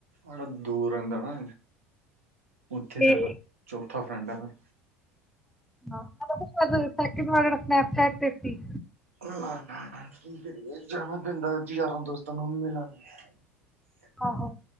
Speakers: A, on the right (about 85°); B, in the centre.
A: ਜਿਹੜਾ ਦੂਰ ਆਉਦਾ ਨਾ, ਉੱਥੇ
B: ਤੇ
A: ਜਾਣਾ ਚੌਥਾ ਫਰੈਂਡ ਆ ਮੇਰਾ।
B: ਅੱਛਾ <unintelligible> ਸਨੈਪਚੈਟ ਤੇ ਸੀ।
A: ਹਾਂ ਨਾ- ਨਾ ਕੀ ਕਰੀਏ ਜਾਣਾ ਪੈਂਦਾ ਜੀ ਯਾਰਾਂ ਦੋਸਤਾਂ ਨੂੰ ਮਿਲਣ। <inaudible>
B: ਆਹੋ।